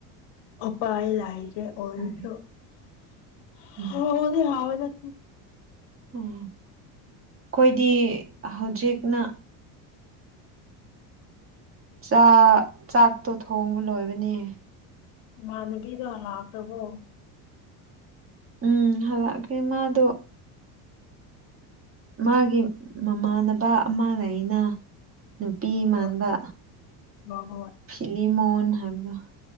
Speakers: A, on the left (about 70°); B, on the right (about 30°).
A: ꯎꯄꯥꯥꯏ ꯂꯥꯏꯦ ꯑꯣꯜꯁꯨꯗꯤ
B: ꯐꯔꯦ ꯎꯝ
A: ꯍꯗ
B: ꯎꯝ ꯑꯩꯈꯣꯏꯗꯤ ꯍꯧꯖꯤꯛꯅ ꯆꯥꯛ ꯆꯥꯛꯇꯣ ꯊꯣꯡꯕ ꯂꯣꯏꯕꯅꯦ
A: ꯏꯃꯥꯟꯅꯕꯤꯗꯣ ꯂꯥꯛꯈ꯭ꯔꯕꯣ
B: ꯎꯝ ꯍꯂꯒꯦ ꯃꯥꯗꯣ ꯃꯥꯒꯤ ꯃꯃꯥꯟꯅꯕ ꯑꯃ ꯂꯩꯅ ꯅꯨꯄꯤ
A: ꯍꯣꯏ
B: ꯃꯥꯟꯕ
A: ꯍꯣꯏ ꯍꯣꯏ
B: ꯐꯤꯠꯂꯤꯃꯣꯟ ꯍꯥꯏꯕꯗ